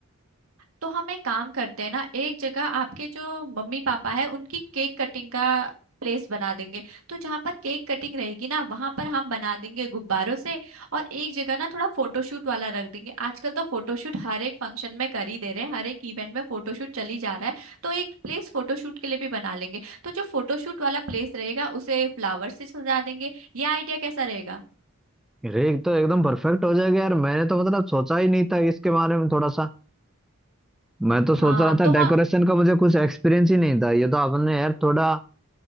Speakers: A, on the right; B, in the centre.
A: तो हम एक काम करते हैं ना एक जगह आपके जो मम्मी पापा है उनकी केक कटिंग का प्लेस बना देंगे तो जहां पर केक कटिंग रहेगी ना वहां पर हम बना देंगे गुब्बारों से और एक जगह ना थोड़ा फोटोशूट वाला रख देंगे आजकल तो फोटोशूट हर एक फंक्शन में कर ही दे रहे हैं हर एक इवेंट में फोटोशूट चली जा रहा है तो एक प्लेस फोटोशूट के लिए भी बना लेंगे तो जो फोटोशूट वाला प्लेस रहेगा उसे फ्लावर से सजा देंगे ये आइडिया कैसा रहेगा
B: अरे एक तो एकदम परफेक्ट हो जाएगा यार मैंने तो मतलब सोचा ही नहीं था इसके बारे में थोड़ा सा मैं तो सोच
A: हाँ
B: रहा था
A: तो हाँ
B: डेकोरेशन का मुझे कुछ एक्सपीरियंस ही नहीं था ये तो आपने यार थोड़ा